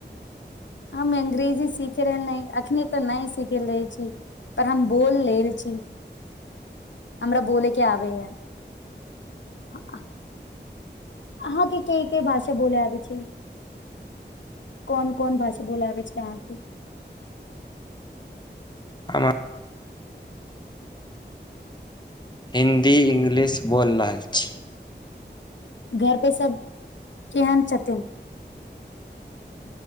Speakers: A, on the left; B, on the left.
A: हम अंग्रेजी सिख रहल नय अखनी तऽ नय सिखेल रहे छी पर हम बोल लेल छी हमरा बोलैके आबेया ह अहाँ के कय कय भाषा बोलय आबै छै कोन कोन भाषा बोलऽ आबै छै अहाँके
B: हमार हिन्दी इंग्लिश बोलि रहल छी
A: घर पे सब केहन छथिन